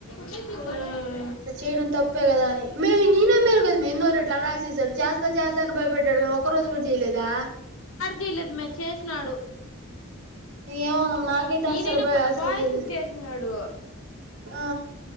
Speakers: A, on the left (about 80°); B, on the right (about 55°).
A: చ్ ఊమ్.
B: <unintelligible> చెయ్డం తప్పే గదా అని మే నేనే మేల్ గద మే ఎన్నో రెట్లు అనా <unintelligible> చేస్తా చేస్తా అని భయపెట్టాడు. లో ఒక్క రోజ్గూడ్ జెయ్లేదా.
A: జెయ్లేద్ మె చేస్నాడు.
B: ఏమోనమ్మ నాకైతే అస్సలు
A: ఈనైనా
B: భయ
A: బ
B: అస్సలు
A: బాయ్క్స్
B: చేయలేదు
A: జేస్నాడు.
B: ఆ